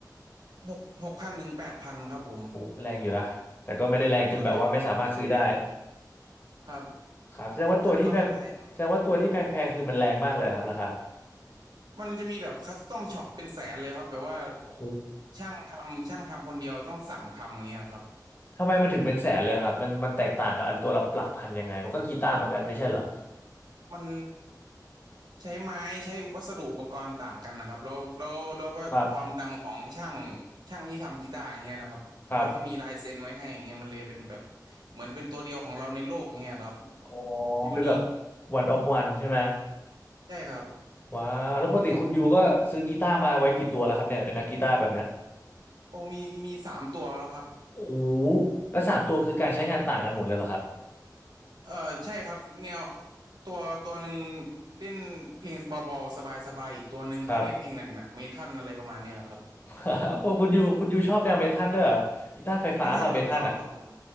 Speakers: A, on the right; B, on the left.
A: หกหกพันถึงแปดพันครับผม
B: โอ้ก็แรงอยู่นะแต่ก็ไม่ได้แรงจนแบบว่าไม่สามารถซื้อได้
A: ก็แรงอยู่ครับครับ
B: ครับแสดงว่าตัวที่แพงแสดงว่าตัวที่แพงๆคือมันแรงมากเลยเหรอครับราคา
A: จับต้องได้ครับมันจะมีแบบคัสตอมช็อปเป็นแสนเลยครับแบบว่า
B: โห
A: ช่างทำช่างทำคนเดียวต้องสั่งทำอย่างเงี้ยครับ
B: ทำไมมันถึงเป็นแสนเลยครับมันมันแตกต่างกับอันตัวละหลักพันยังไงมันก็กีตาร์เหมือนกันไม่ใช่เหรอ
A: มัน ใช้ไม้ใช้วัสดุอุปกรณ์ต่างกันนะครับแล้วแล้วแล้วก็ความดังของช่าง
B: ครับ
A: ช่างที่ทำกีตาร์อย่างเงี้ยนะครับเขาจะมีลายเซ็นไว้ให้อย่างเงี้ยมันเลยเป็นแบบ
B: ครับ
A: เหมือนเป็นตัวเดียวของเราในโลกเงี้ยครับ
B: อ๋อ
A: ยูนิค
B: เป็นแบบ one of one ใช่ไหม
A: ใช่ครับ
B: ว้าวแล้วปกติคุณยูก็ซื้อกีตาร์มาไว้กี่ตัวแล้วครับเนี่ยเป็นนักกีตาร์แบบเนี้ย
A: โอ้มีมีสามตัวแล้วครับ
B: โอ้โหแล้วสามตัวคือการใช้งานต่างกันหมดเลยเหรอครับ
A: เออใช่ครับแนวตัวตัวหนึ่งเล่นเพลงเบาๆสบายๆอีกตัวหนึ่งก็เล่นเพลงหนักๆเมทัลอะไรประมาณเนี้ยครับ
B: ครับ <laughs> โอ้คุณยูคุณยูชอบแนวเมทัลด้วยเหรอกีตาร์ไฟฟ้าป่ะเมทัลอ่ะ
A: เมทัลก็ชอบครับผม